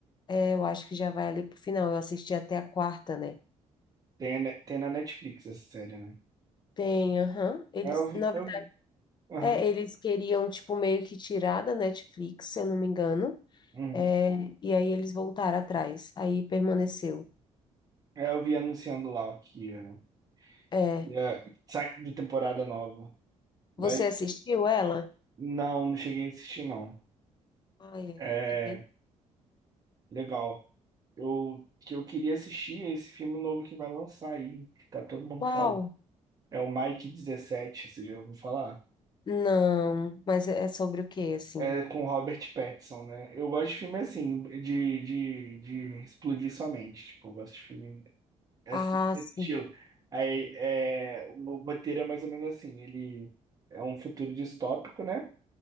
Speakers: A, on the left (about 35°); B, on the right (about 30°).
A: É, eu acho que já vai ali pro final. Eu assisti até a quarta, né?
B: Tem, a ne- tem na Netflix essa série, né?
A: Tem, aham. Eles,
B: É, eu vi,
A: na
B: eu vi. Aham,
A: É, eles queriam, tipo, meio que tirar da Netflix, se eu não me engano.
B: uhum.
A: É, e aí eles voltaram atrás. Aí permaneceu.
B: É, eu vi anunciando lá que ia,
A: É.
B: ia sai de temporada nova. Mas
A: Você assistiu ela?
B: não, não cheguei a assistir, não.
A: Ai,
B: É,
A: é, é bem.
B: legal. Eu, que eu queria assistir é esse filme novo que vai lançar aí, que tá todo mundo
A: Qual?
B: falando. É o Mike dezessete você já ouviu falar?
A: Não, mas é é sobre o quê, assim?
B: É com Robert Pattinson, né? Eu gosto de filme assim, de, de, de explodir sua mente. Tipo, eu gosto de filme É
A: Ah,
B: assim, Esse
A: sim.
B: estilo. Aí, é, o roteiro é mais ou menos assim, ele é um futuro distópico, né?